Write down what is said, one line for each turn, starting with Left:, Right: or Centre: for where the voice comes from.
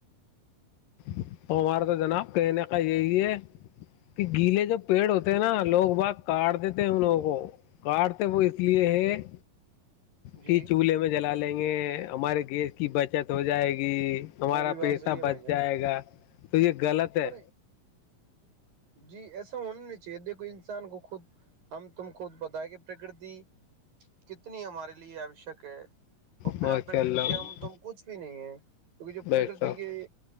Left: ہم ہمارے تو جناب کہنے کا یہی ہے کہ گیلے جب پیڑ ہوتے ہیں نا لوگ بات کاٹ دیتے ہیں ان لوگوں کو کاٹتے وہ اس لیے ہے
Right: جی
Left: کہ چولہے میں جلا لیں گے ہمارے گیس کی بچت ہو جائے گی ہمارا
Right: وہ بھی بات
Left: پیسہ
Right: صحیح ہے بھائی
Left: بچ
Right: جان
Left: جائے گا تو یہ غلط ہے
Right: پر جی ایسا ہونا نہیں چاہیے دیکھو انسان کو خود ہم تم خود بت ہے کہ پرکرتی کتنی ہمارے لیے آوشک ہے اور بنا
Left: ماشاء
Right: پرکتی
Left: اللہ
Right: کے ہم ت ہم کچھ بھی نہیں ہے کیکہ جو
Left: بے
Right: پرکرتی
Left: شک
Right: کے